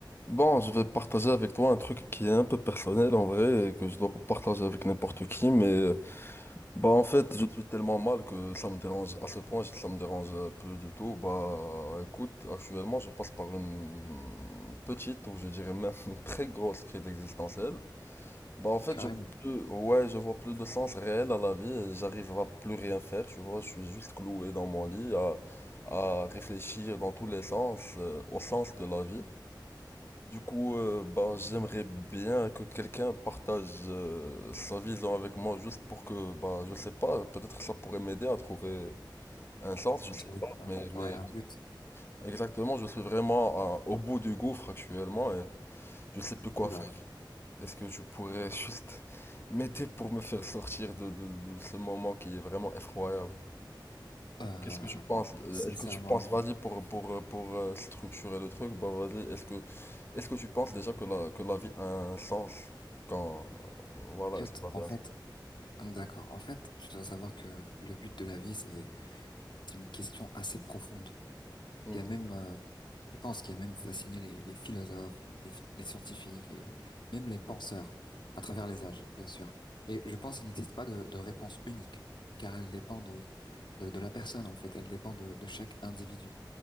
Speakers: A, on the left; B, on the left.
A: Bon, je vais partager avec toi un truc qui est un peu personnel en vrai et que je dois pas partager avec n'importe qui, mais euh, bah en fait je suis tellement mal que ça me dérange à ce point, si ça me dérange euh, plus du tout. Bah écoute, actuellement je passe par une petite ou je dirais même une très grosse crise existentielle. Bah en fait
B: Carrément.
A: je vois plus, ouais je vois plus de sens réel à la vie, et j'arrive à plus rien faire, tu vois, je suis juste cloué dans mon lit à, à réfléchir dans tous les sens, euh, au sens de la vie. Du coup, euh, bah, j'aimerais bien que quelqu'un partage euh, sa vision avec moi juste pour que, bah, je sais pas, peut-être ça pourrait m'aider à trouver un sens, je
B: Un
A: sais
B: truc,
A: pas,
B: un-
A: mais, mais
B: ouais, un but.
A: exactement, je suis vraiment euh, au bout du gouffre actuellement et je sais plus quoi
B: Oula.
A: faire. Est-ce que tu pourrais <laughs> juste m'aider pour me faire sortir de, de de ce moment qui est vraiment effroyable?
B: Euh,
A: Qu'est-ce que tu penses? euh,
B: sincèrement.
A: Est-ce que tu penses, vas-y, pour, pour, euh, pour euh, structurer le truc, bah vas-y, est-ce que, est-ce que tu penses déjà que la, que la vie a un sens quand, euh, voilà,
B: Put,
A: est-ce que la
B: en
A: vie a
B: fait,
A: un sens?
B: d'accord. En fait, tu dois savoir que le but de la vie, c'est c'est une question assez profonde.
A: Hmm,
B: Il y a même, euh, je pense qu'il y a même fasciné les, les philosophes, les, les scientifiques et même les penseurs à travers les âges, bien sûr. Et je pense qu'il n'existe pas de, de réponse unique, car elle dépend de, de, de la personne, en fait. Elle dépend de, de chaque individu,